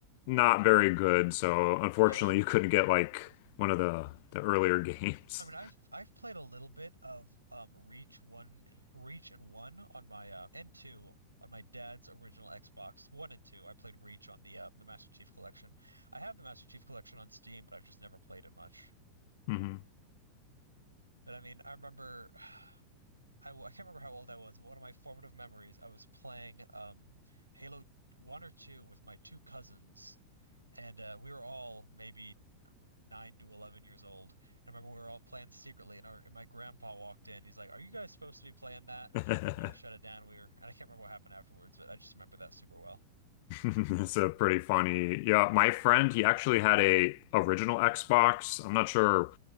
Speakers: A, on the left; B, on the right.
A: not very good. So unfortunately,
B: Yeah.
A: <laughs> you couldn't get like one of the the earlier games.
B: I mean, I've I've played a little bit of um Reach one, Reach and one on my uh and two on my dad's original Xbox one and two. I played Reach on the uh the Master Chief Collection. I have the Master Chief Collection on Steam, but I've just never played it much.
A: <laughs> hmm
B: But I mean, I remember <sighs> I, w- I can't remember how old I was. but One of my formative memories, I was playing um Halo one or two with my two cousins, and uh, we were all maybe nine to eleven years old. I remember we were all playing secretly, and our and my grandpa walked in. He's like, "Are you guys supposed to be playing that?"
A: <laughs>
B: And we all shut it down. We were, and I can't remember what happened afterwards, but I just remember that super well.
A: <laughs> It's a pretty funny. Yeah, my friend, he actually had a original Xbox. I'm not sure